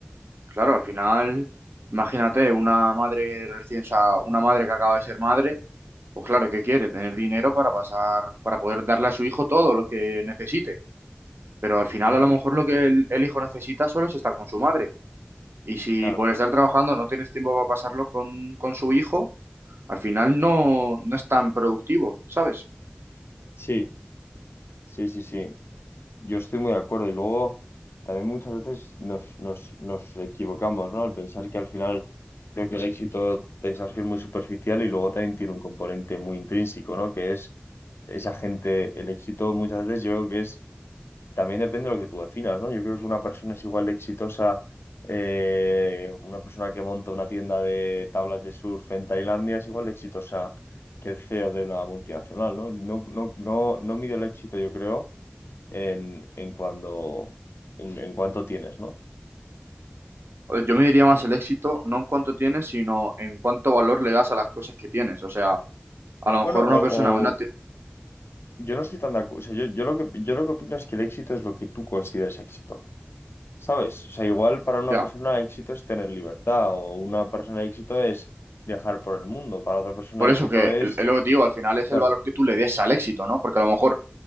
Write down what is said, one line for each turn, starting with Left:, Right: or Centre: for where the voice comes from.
Right: Claro, al final, imagínate, una madre recién, o sea, una madre que acaba de ser madre, pues claro, ¿qué quiere? Tener dinero para pasar, para poder darle a su hijo todo lo que necesite. Pero al final,
Left: Ujú,
Right: a lo mejor lo que el, el hijo necesita solo es estar con su madre. Y si
Left: Claro.
Right: por estar trabajando no tienes tiempo para pasarlo con, con su hijo, al final no, no es tan productivo, ¿sabes?
Left: Sí, sí, sí, sí. Yo estoy muy de acuerdo. Y luego también muchas veces nos, nos, nos equivocamos, ¿no? Al pensar que al final creo que el éxito pensamos que es muy superficial y luego también tiene un componente muy intrínseco, ¿no? Que es esa gente, el éxito muchas veces yo creo que es También depende de lo que tú definas, ¿no? Yo creo que una persona es igual de exitosa, eh, una persona que monta una tienda de tablas de surf en Tailandia es igual de exitosa que el CEO de una multinacional, ¿no? No, no, no, no mido el éxito, yo creo, en, en cuando, en, en cuánto tienes, ¿no?
Right: Yo me diría más el éxito, no en cuánto tienes, sino en cuánto valor le das a las cosas que tienes. O sea, a lo mejor
Left: Bueno, o,
Right: una persona,
Left: o
Right: una... ti-
Left: yo no estoy tan de acuerdo. yo, yo lo que, yo lo que opino es que el éxito es lo que tú consideres éxito. ¿Sabes? O sea, igual para una
Right: Ya.
Left: persona éxito es tener libertad, o una persona éxito es viajar por el mundo, para otra persona
Right: Por
Left: éxito
Right: eso que
Left: es...
Right: el- lo que te digo, al final es
Left: Claro,
Right: el valor que tú le des al éxito, ¿no? Porque a lo mejor